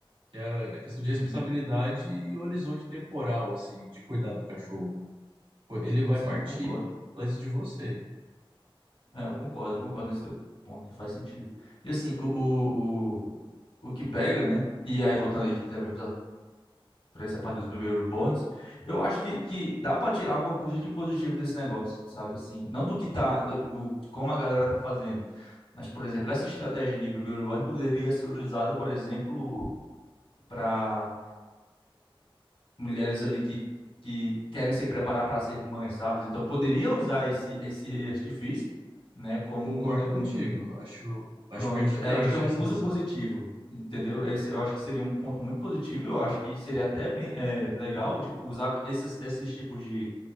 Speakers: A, on the right; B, on the left.
A: Que é a questão de responsabilidade
B: uhum.
A: e horizonte temporal, assim, de cuidar do cachorro. Pô, Ele vai
B: Sim,
A: partir
B: concordo.
A: antes de você.
B: É, eu concordo, eu concordo nesse teu ponto, faz sentido. E assim, o, o, o, o que pega, né? E aí, voltando aqui também para essa parte dos bebê reborns, eu acho que, que dá para tirar alguma coisa de positivo desse negócio, sabe? Assim, não do que tá, do, do que- como a galera tá fazendo, mas, por exemplo, essa estratégia de bebê reborn poderia ser usada, por exemplo, para. mulheres ali que, que querem se preparar para ser mães, sabe? Então poderia usar esse esse artifício, né, como
A: Concordo
B: um
A: contigo. Acho, acho
B: pronto,
A: pertinente
B: é, eu acho que é um
A: essa
B: uso
A: visão.
B: positivo, entendeu? Esse, eu acho que seria um ponto muito positivo, eu acho que seria até bem é, legal, tipo, usar esses esses tipos de